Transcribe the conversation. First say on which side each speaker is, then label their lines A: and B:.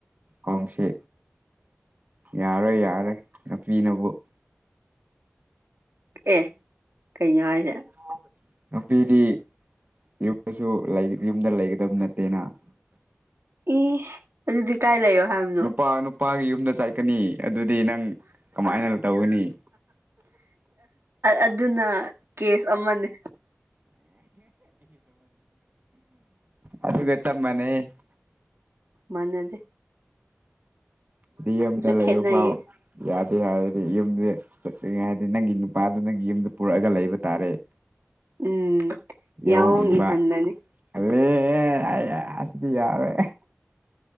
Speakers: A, on the right (about 45°); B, on the right (about 85°).
A: ꯈꯣꯡꯁꯤ ꯌꯥꯔꯣꯏ ꯌꯥꯔꯣꯏ ꯅꯥꯄꯤꯅꯕꯨ ꯫
B: ꯑꯦ ꯀꯩꯅꯣ ꯍꯥꯏꯁꯦ
A: ꯅꯨꯄꯤꯗꯤ ꯫ ꯌꯨꯝꯗꯁꯨ ꯂꯩ ꯌꯨꯝꯗ ꯂꯩꯒꯗꯕ ꯅꯠꯇꯦꯅ ꯫
B: ꯑꯦ ꯑꯗꯨꯗꯤ ꯀꯥꯏ ꯂꯩꯌꯣ ꯍꯥꯏꯕꯅꯣ
A: ꯅꯨꯄꯥ ꯅꯨꯄꯥꯒꯤ ꯌꯨꯝꯗ ꯆꯥꯏꯀꯅꯤ ꯑꯗꯨꯗꯤ ꯅꯪ ꯀꯃꯥꯏꯅ ꯇꯧꯒꯅꯤ ꯫
B: ꯑꯗꯨꯅ ꯀꯦꯁ ꯑꯃꯅꯦ
A: ꯑꯗꯨꯒ ꯆꯞ ꯃꯥꯟꯅꯩ ꯫
B: ꯃꯥꯅꯗꯦ
A: ꯃꯤ ꯑꯃꯇ ꯂꯩꯕ
B: ꯈꯦꯠꯅꯩꯌꯦ
A: ꯐꯥꯎ ꯌꯥꯗꯦ ꯍꯥꯏꯔꯗꯤ ꯌꯨꯝꯁꯦ ꯫ ꯆꯠꯇꯔꯤ ꯉꯥꯢꯗ ꯅꯪꯒꯤ ꯅꯨꯄꯥꯗꯨ ꯅꯪꯒꯤ ꯌꯨꯝꯗ ꯄꯨꯔꯛꯑꯒ ꯂꯩꯕ ꯇꯥꯔꯦ ꯫
B: ꯎꯝ
A: ꯌꯥꯍꯣꯡ
B: ꯌꯥꯑꯣꯡ
A: ꯏꯟꯕ
B: ꯏꯟꯍꯟꯒꯅꯤ
A: ꯫ ꯑꯁ ꯌꯥꯔꯦ